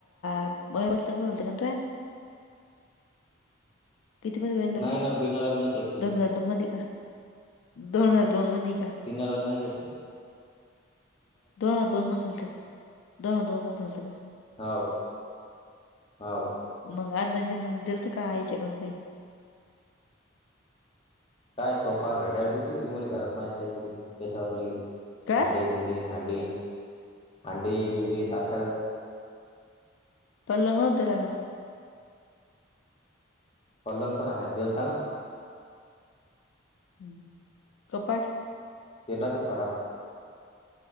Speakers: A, on the left; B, on the left.
A: अ, <unintelligible> लतं का तू? किती मदि व्हयेल लग्न,
B: नाही ना बिना लग्नाचे आहेत ते
A: दोन हजार दोन मदि का, दोन हजार दोन मदि का?
B: पिंगा लग्नाचे ये.
A: दोन हा दोन मदी झालत का, दोन दोन मदी झालतं का?
B: हाव हाव.
A: मंग अंधन बिंदन दिल का, आयच्याकडन काही?
B: काय सोफा घड्याळ दिसली की तुम्हाले घरात माया काहीतरी, त्याच्यावर लिहेल,
A: काय?
B: भांडे बुंडे हांडे, आण्डे बिंडे, ताट
A: पलंग नव्हता दिला का?
B: पलंग पण आहे, देलता ना.
A: ह्म, कपाट?
B: केला त्यो खराब.